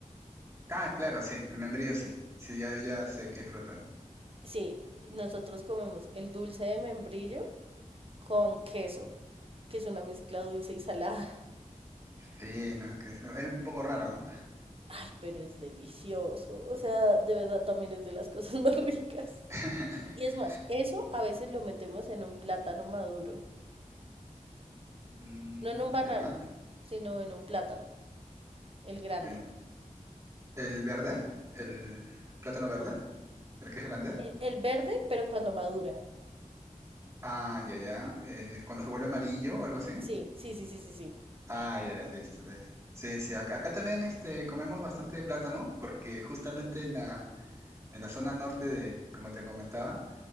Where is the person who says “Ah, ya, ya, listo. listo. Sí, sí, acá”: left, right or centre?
Right